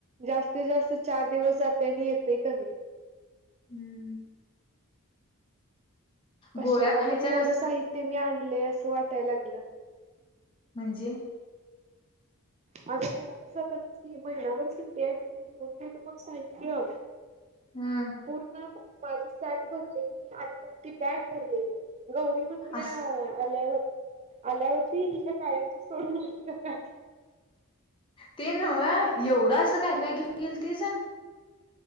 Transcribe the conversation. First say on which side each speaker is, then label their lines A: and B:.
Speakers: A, on the right; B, on the left.
A: जास्तीत जास्त चार दिवस जाते आणि येते कमी.
B: हम्म.
A: कशाला
B: गोळ्या खायच्या
A: म्हणु एवढं
B: नसत्या
A: साहित्य मी आणलय असं वाटायला लागलं.
B: म्हणजे?
A: माझ्या घराकड जातानाच की महिनाभर सुट्टी आहे. घेऊन गेल मग साहित्य.
B: हम्म.
A: पूर्ण माझी सॅक भरलेली आणि मोठी बॅग भरलेली. गौरी- म्हणतीया
B: अस
A: आल्यावर. आल्यावरती ही का कायमची सोडून आली का?
B: ते नव्ह. एवढं असं काय
A: हम्म.
B: काय घेऊन गेलतीस?